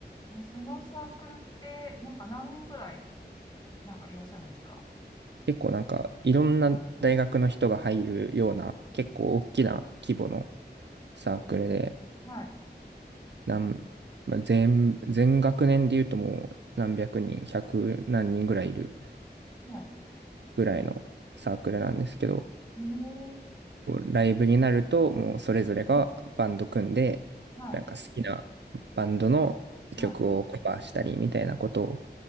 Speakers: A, on the left; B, on the right.
A: ー、え、そのサークルって、なんか何人ぐらい、なんかいらっしゃるんですか
B: 結構なんかいろんな大学の人が入るような結構大きな規模のサークルで、
A: はい。
B: なん、まあ、全、全学年で言うともう何百人、百何人ぐらいいる
A: は
B: ぐらいのサークルなんですけど、
A: い。えー、
B: ライブになるともうそれぞれがバンド組んで、
A: はい。
B: なんか好きなバンドの曲をカバーしたりみたいなことを
A: は